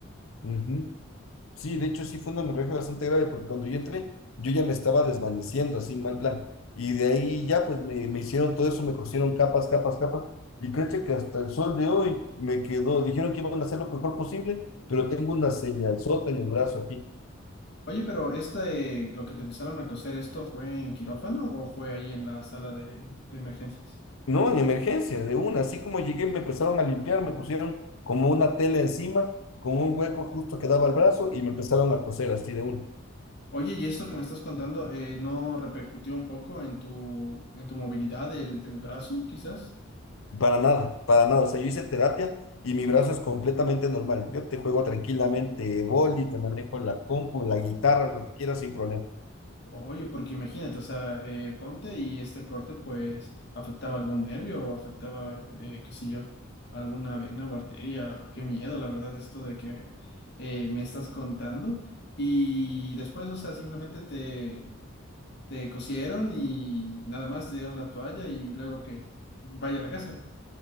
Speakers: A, on the left; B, on the left.
A: Ujú. Sí, de hecho sí fue una hemorragia bastante grave porque cuando yo entré yo ya me estaba desvaneciendo, así mal plan. Y de ahí ya pues me, me hicieron todo eso, me cosieron capas, capas, capas. Y créete que hasta el sol de hoy me quedó, dijeron que iban a hacer lo mejor posible, pero tengo una señalzota en el brazo aquí.
B: Oye, pero este, lo que te empezaron a coser, ¿esto fue en quirófano o fue ahí en la sala de, de emergencias?
A: No, en emergencia, de una. Así como llegué me empezaron a limpiar, me pusieron como una tela encima, con un hueco justo que daba al brazo y me empezaron a coser así de una.
B: Oye, ¿y esto que me estás contando, eh, no repercutió un poco en tu, en tu movilidad del, del brazo, quizás?
A: Para nada, para nada. O sea, yo hice terapia y mi brazo es completamente normal. Yo te juego tranquilamente boli, te manejo la compu, la guitarra, lo que quieras sin problema.
B: Oye, porque imagínate, o sea, eh, ponte y este corte pues afectaba algún nervio o afectaba, eh, qué sé yo, alguna vena o arteria. Qué miedo, la verdad, esto de que eh, me estás contando. Y después, o sea, simplemente te, te cosieron y nada más te dieron la toalla y luego que vaya a la casa.